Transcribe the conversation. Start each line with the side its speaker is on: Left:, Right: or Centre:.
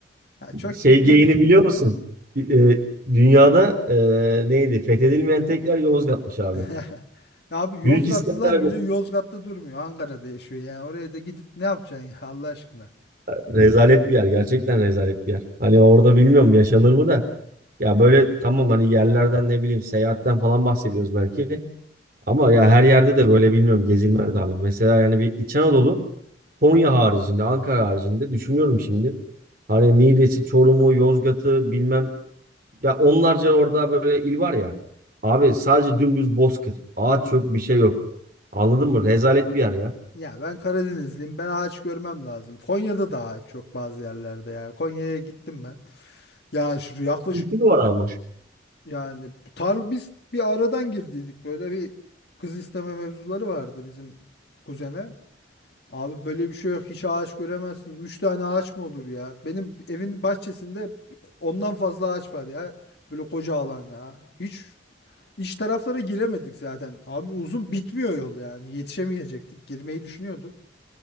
Left: Ya çok
Right: Şey
Left: gitmedim.
Right: geyini biliyor musun? E, dünyada e, neydi? Fethedilmeyen tek yer Yozgat'mış abi.
Left: <laughs> Ya abi Yozgatlılar
Right: Büyük İskender
Left: bile
Right: bir
Left: Yozgat'ta durmuyor. Ankara'da yaşıyor yani. Oraya da gidip ne yapacaksın ya Allah aşkına.
Right: rezalet bir yer. Gerçekten rezalet bir yer. Hani orada bilmiyorum yaşanır mı da. Ya böyle tamam hani yerlerden ne bileyim seyahatten falan bahsediyoruz belki. Ama ya her yerde de böyle bilmiyorum gezilmez abi. Mesela yani bir İç Anadolu Konya haricinde, Ankara haricinde düşünüyorum şimdi. Hani Niğde'si, Çorum'u, Yozgat'ı bilmem. Ya onlarca orada böyle il var ya. Abi sadece dümdüz bozkır. Ağaç yok, bir şey yok. Anladın mı? Rezalet bir yer ya.
Left: Ya ben Karadenizliyim. Ben ağaç görmem lazım. Konya'da da ağaç çok bazı yerlerde yani. Konya'ya gittim ben. Yani şu yaklaşık
Right: Kültürü var ama.
Left: yani tar biz bir aradan girdiydik. Böyle bir kız isteme mevzuları vardı bizim kuzene. Abi böyle bir şey yok. Hiç ağaç göremezsin. Üç tane ağaç mı olur ya? Benim evin bahçesinde ondan fazla ağaç var ya. Böyle koca alan ya. Hiç iç taraflara giremedik zaten. Abi uzun bitmiyor yol yani. Yetişemeyecektik. Girmeyi düşünüyorduk.